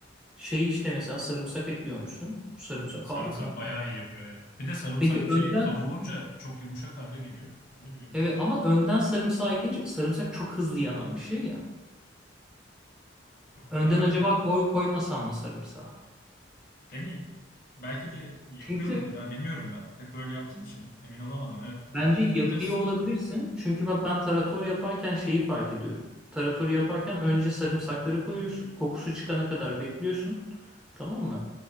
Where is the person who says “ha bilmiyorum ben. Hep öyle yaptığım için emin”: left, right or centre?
Left